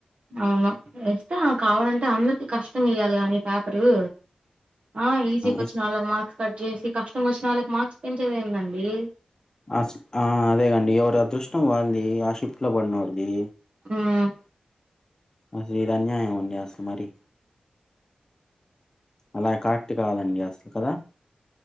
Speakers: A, on the right; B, on the left.
A: అవును ఇస్తా కావాలంటే అందరికి కష్టం ఇయ్యాలి కానీ పేపరు ఆ ఈజీ కొచ్చి
B: ఇస్
A: నల్గు మార్క్స్ కట్ చేసి కష్టం వచ్చిన వాళ్ళకి మార్క్స్ పెంచేద్దెముందండి
B: ఆ ఆ అదే అండి ఎవరి అదృష్టం వాన్ది ఆ షిఫ్ట్ లో పడినొంది
A: మ్మ్
B: అసలీది అన్యాయం అండి అసలు మరి అలా కరక్ట్ కాదండి అసలు కదా